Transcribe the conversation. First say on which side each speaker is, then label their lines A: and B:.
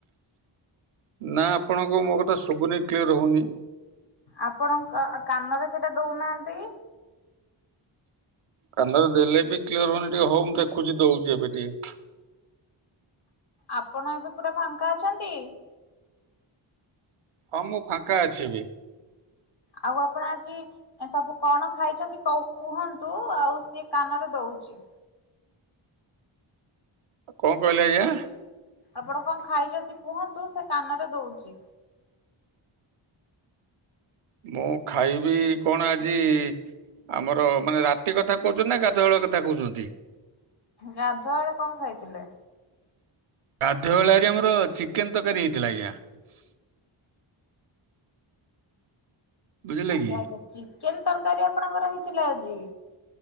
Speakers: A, on the right (about 80°); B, on the left (about 50°).
A: ନା ଆପଣଙ୍କ ମୋ କଥା ଶୁବୁନି କ୍ଲିୟର ହଉନି।
B: ଆପଣ କ କାନରେ ସେଇଟା ଦଉନାହାନ୍ତି।
A: କାନରେ ଦେଲେ ବି କ୍ଲିଅର ହଉନି ଟିକେ ହଉ ମୁଁ ଦେଖୁଛି ଦଉଛି ଏବେ ଟିକେ।
B: ଆପଣ ଏବେ ପୁରା ଫାଙ୍କା ଅଛନ୍ତି?
A: ହଁ ମୁଁ ଫାଙ୍କା ଅଛି ଏବେ।
B: ଆଉ ଆପଣ ଆଜି ସବୁ କଣ ଖାଇଛନ୍ତି କ କୁହ ନ୍ତୁ ଆଉ ସିଏ କାନରେ ଦଉଛିି।
A: କଣ କହିଲେ ଆଜ୍ଞା।
B: ଆପଣ କଣ ଖାଇଛନ୍ତି କୁହନ୍ତୁ, ସେ କାନରେ ଦଉଛି।
A: ମୁଁ ଖାଇବି କଣ ଆଜି ଆମର ମାନେ ରାତି କଥା କହୁଛନ୍ତି ନା ଗାଧୁଆଳ କଥା କହୁଛନ୍ତି।
B: ଗାଧୁଆ ବେଳେ କଣ ଖାଇଥିଲେ?
A: ଗାଧ ବେଳରେ ଆମର ଚିକେନ ତରକାରୀ ହେଇଥିଲା, ଆଜ୍ଞା । ବୁଝିଲେ
B: ଆଛା,
A: କି
B: ଆଛା, ଚିକେନ ତରକାରୀ ଆପଣଙ୍କର ହେଇଥିଲା ଆଜି?